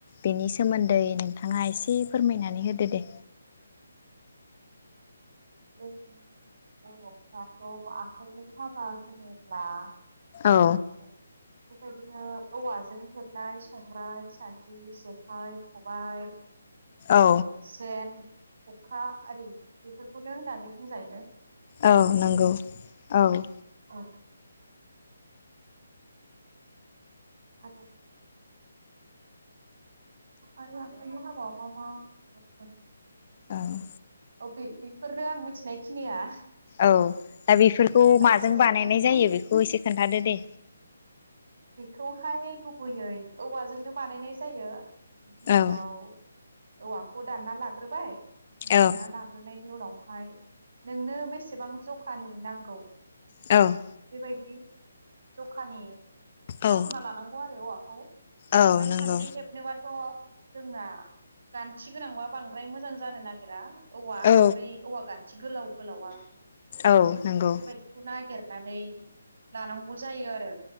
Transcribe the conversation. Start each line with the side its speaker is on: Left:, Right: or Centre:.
Left: बेनि सोमोन्दै नोंथाङा एसे <unintelligible> फोरमायनानै होदो दे।
Right: जों बर'फ्राथ आखाइजों हाबा होनोब्ला
Left: औ
Right: <unintelligible> औवाजों हेबनाय संग्राय सान्द्रि जेखाइ खबाय
Left: औ
Right: ओ सेन खखा आरि बेफोरखौनो होननानै बुंजायो
Left: औ
Right: बांसिनै
Left: नोंगौ औ
Right: औ आरो आरो आखाइनि हाबा-बा मा? <unintelligible>
Left: औ
Right: औ बे-बेफोरनो आं मिथिनाय खिनिया।
Left: औ दा बेफोरखौ माजों
Right: फैजोबाखै
Left: बानायनाय
Right: आंनियाव
Left: जायो बेखौ एसे खोन्थादो दे।
Right: बेखौहाय गुबैयै औवाजोंनो बानायनाय जायो। गिबियाव
Left: औ
Right: औवा खौ दानना लाग्रोबाय दानना
Left: औ
Right: लााग्रोनायनि उनाव हाय नोंनो बेसेबां जखानि नांगौ।
Left: औ
Right: बायदि जखानि
Left: औ
Right: हास'ना लानांगौ आरो औवाखौ संग्राइ
Left: औ नंगौ
Right: सान्द्रि हेबनोबाथ' जोंना गान्थि गोनांबा बांद्राय मोजां जानो नागेरा। औवा
Left: औ
Right: बै औवा गान्थि गोलाव गोलावा
Left: औ नंगौ
Right: बेबायदिखौ नागेर नानै लानांगौ जायो आरो।